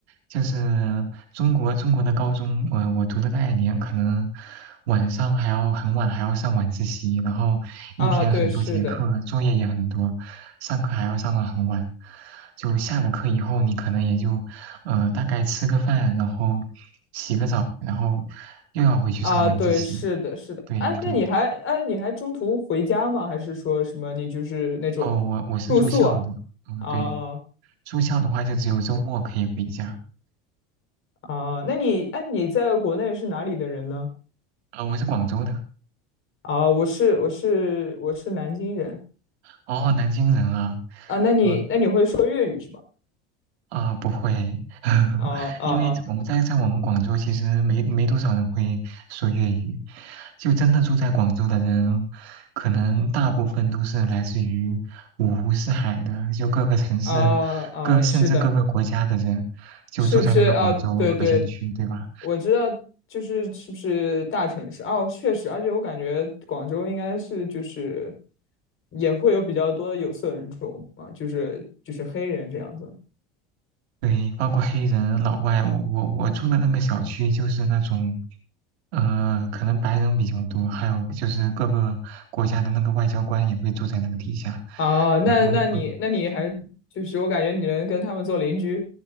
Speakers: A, on the right (about 85°); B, on the left (about 40°).
A: 就是中国中国的高中，我我读的那一年，可能晚上还要很晚，还要上晚自习，然后一天很多节课，
B: 啊，对，是的。
A: 作业也很多，上课还要上到很晚。就下了课以后，你可能也就呃大概吃个饭，然后洗个澡，然后又要回去上晚自习。
B: 啊，对，是的，是的。
A: 对对，
B: 哎，那你还哎，你还中途回家吗？还是说什么你就是那种住宿啊？
A: 哦，我我是住校的，嗯，
B: 啊
A: 对，住校的话就只有周末可以回家。
B: 啊，那你哎，你在国内是哪里的人呢？
A: 呃，我是广州的，
B: 啊，我是我是我是南京人
A: 哦，南京人啊。
B: 啊。那你那你会说粤语是吧？
A: 嗯，啊，不会，<laughs>
B: 啊啊啊
A: 因为我们在在我们广州其实没没多少人会说粤语，就真的住在广州的人，可能大部分都是来自于五湖四海的，就各个城市、
B: 啊啊，
A: 各甚至各个国家的人，
B: 是的。
A: 就住在那个广州核心区，
B: 是不是啊？对对，
A: 对吧？
B: 我知道，就是是不是大城市哦，确实，而且我感觉广州应该是就是也会有比较多的有色人种嘛，就是就是黑人这样子
A: 对，包括黑人、老外，我我我住的那个小区就是那种，呃，可能白人比较多，还有就是各个国家的那个外交官也会住在那个底下，
B: 啊。那那你那你还就是我感觉你能跟他们做邻居，
A: 然后嗯，